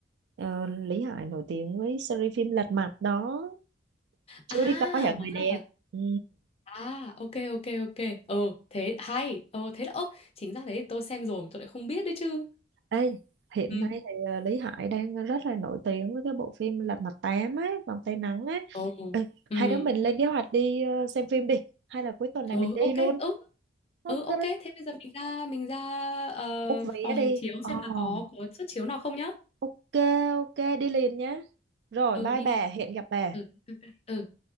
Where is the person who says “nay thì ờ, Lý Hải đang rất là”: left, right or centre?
Right